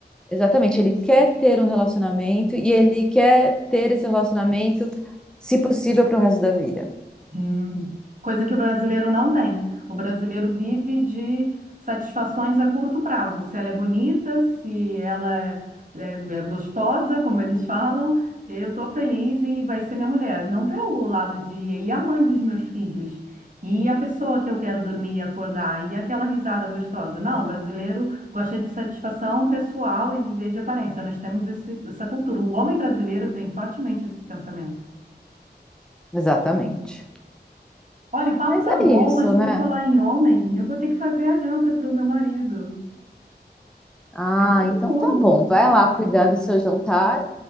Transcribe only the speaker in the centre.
Exatamente, ele quer ter um relacionamento e ele quer ter esse relacionamento, se possível, para o resto da vida.
Exatamente.
Mas
é
isso,
né?
Ah,
então
tá
bom. Vai
lá cuidar
do seu jantar